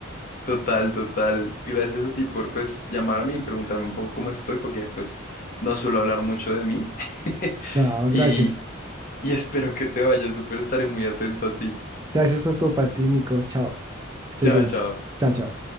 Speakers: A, on the left (about 40°); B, on the right (about 15°).
A: Total, total. Gracias a ti por pues llamarme y preguntarme un poco cómo estoy, porque pues no suelo hablar mucho de mí. <laughs>
B: No,
A: Y,
B: gracias.
A: y espero que te vaya súper, estaré muy atento a ti.
B: Gracias por compartir, Nico. Chao. Que estés
A: Chao,
B: bien.
A: chao.
B: Chao, chao.